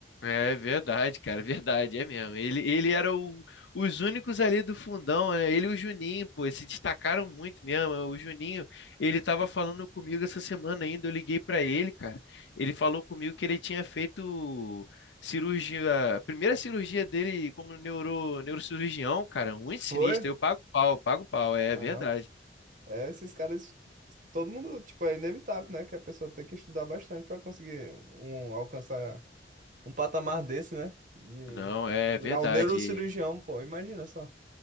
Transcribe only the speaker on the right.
Foi?
Caramba.
É, esses caras, todo mundo, tipo, é inevitável, né? Que a pessoa tem que estudar bastante para conseguir um, alcançar um patamar desse, né? De
virar
um neurocirurgião, pô, imagina só.